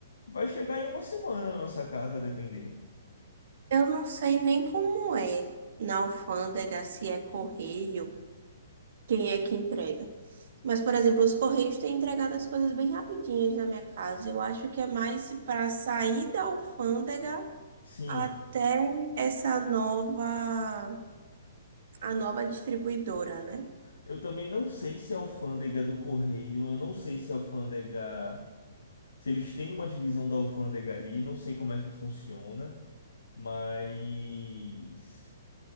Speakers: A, on the left; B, on the right.
A: vai chegar em uma semana na nossa casa, a depender.
B: Eu não sei nem como é na alfândega, se é correio, quem é que entrega. Mas, por exemplo, os correios têm entregado as coisas bem rapidinhas na minha casa. Eu acho que é mais para sair da alfândega
A: Sim.
B: até essa nova, a nova distribuidora, né?
A: Eu também não sei se a alfândega do correio, eu não sei se a alfândega. Se eles têm uma divisão da alfândega ali, não sei como é que funciona, mas.